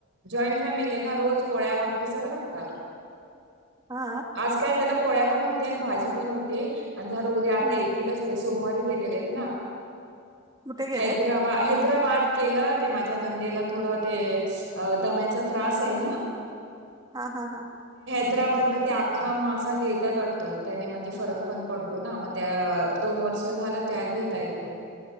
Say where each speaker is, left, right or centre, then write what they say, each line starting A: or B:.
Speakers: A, on the right; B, on the right.
A: जॉईंट फॅमिली आहे ना रोज पोळ्या भाकरी सगळ लागत आग
B: हा
A: आज काय झालं पोळ्या पण होते आणि भाजी पण होते आणि झा उद्या आता
B: हं.
A: येतीलच ते सोमवारी गेलेले आहेत ना
B: कुठे गेलेत
A: हैदराबा है हैद्रबाद केलं ते माझ्या नंदेला थोड ते दम्याचा त्रास आहे ना.
B: हा हा हा.
A: हैद्राबाद ते आखा मासा गिळतात वाटतं त्याने म्हणजे फरक पण पडतो तो ना मग त्या दोन वर्ष झालं त्या घेतायत ते.